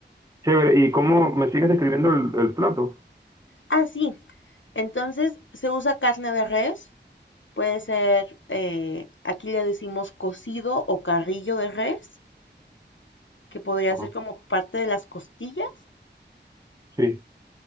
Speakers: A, on the right; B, on the left.
A: Chévere. ¿Y cómo me sigues describiendo el, el plato?
B: Ah, sí. Entonces se usa carne de res. Puede ser, eh, aquí le decimos cocido o carrillo de res, que podría
A: Ah,
B: ser como parte de las costillas
A: Sí.